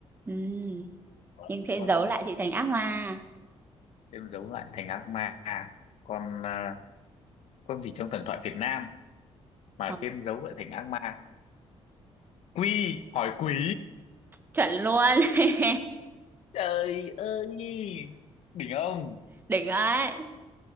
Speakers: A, on the right; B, on the left.
A: Ừm.
B: Ủa,
A: nhưng thế
B: con
A: giấu lại thì thành ác ma
B: thêm dấu lại thành ác ma con à, con gì trong thần thoại Việt Nam mà
A: Ờ,
B: thêm dấu lại thành ác ma quy hỏi quỷ
A: chuẩn luôn <laughs>
B: trời ơi đỉnh ông
A: đỉnh ấy